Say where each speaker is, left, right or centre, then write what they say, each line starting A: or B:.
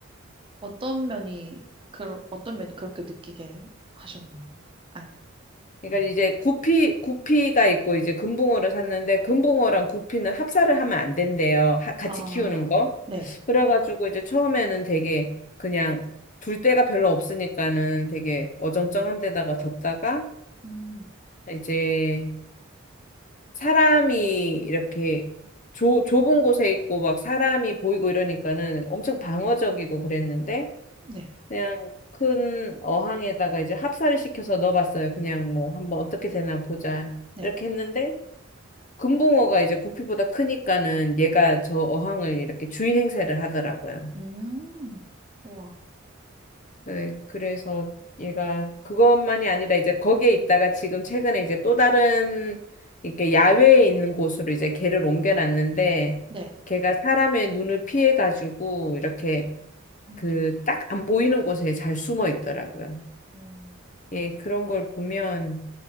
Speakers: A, on the right; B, on the left.
A: 어떤 면이, 그러, 어떤 면이 그렇게 느끼게 하셨나요? 아,
B: 그러니까
A: 네.
B: 이제 구피 구피가 있고 이제 금붕어를 샀는데 금붕어랑 구피는 합사를 하면 안 된대요. 하- 같이
A: 아,
B: 키우는 거.
A: 네.
B: 그래가지고 이제 처음에는 되게 그냥 둘 데가 별로 없으니까는 되게 어정쩡한 데다가 뒀다가
A: 음.
B: 이제 사람이 이렇게 좁 좁은 곳에 있고 막 사람이 보이고 이러니까는 엄청 방어적이고 그랬는데
A: 네,
B: 그냥 큰 어항에다가 이제 합사를 시켜서 넣어봤어요. 그냥 뭐 한번 어떻게 되나 보자
A: 네.
B: 이렇게 했는데 금붕어가 이제 부피보다 크니까는 얘가 저 어항을 이렇게 주인 행세를 하더라고요.
A: 음, 우와,
B: 네, 그래서 얘가 그것만이 아니라 이제 거기에 있다가 지금 최근에 이제 또 다른 이렇게 야외에 있는 곳으로 이제 걔를 옮겨놨는데
A: 네.
B: 걔가 사람의 눈을 피해가지고 이렇게
A: 음,
B: 그 딱 안 보이는 곳에 잘 숨어 있더라고요.
A: 오,
B: 예, 그런 걸 보면